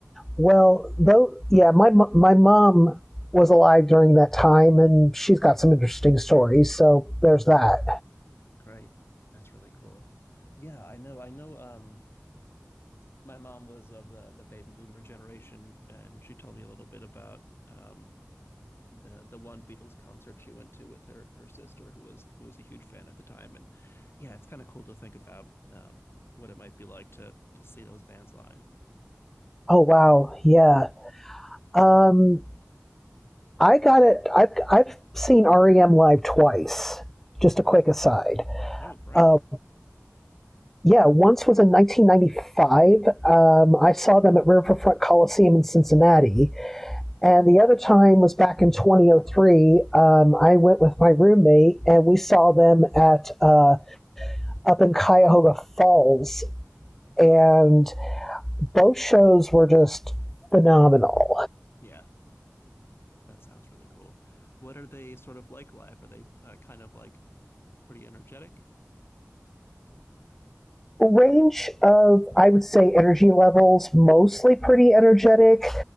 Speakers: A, in the centre; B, on the left.
A: well, though, yeah, my my mom was alive during that time, and she's got some interesting stories. So there's
B: Oh,
A: that.
B: great. That's really cool. Yeah, I know. I know um my mom was of the the baby boomer generation and she told me a little bit about um the the one Beatles concert she went to with her her sister who was who was a huge fan at the time and yeah it's kind of cool to think about um what it might be like to to see those bands live
A: Oh wow, yeah. Um, I got it. I've I've seen REM live twice. Just a quick aside.
B: oh great
A: Uh, Yeah, once was in 1995. Um, I saw them at Riverfront Coliseum in Cincinnati. And the other time was back in 2003. Um, I went with my roommate and we saw them at uh, up in Cuyahoga Falls. And both shows were just phenomenal.
B: yeah that sounds really cool what are they sort of like live are they uh, kind of like pretty energetic
A: Range of, I would say, energy levels, mostly pretty energetic.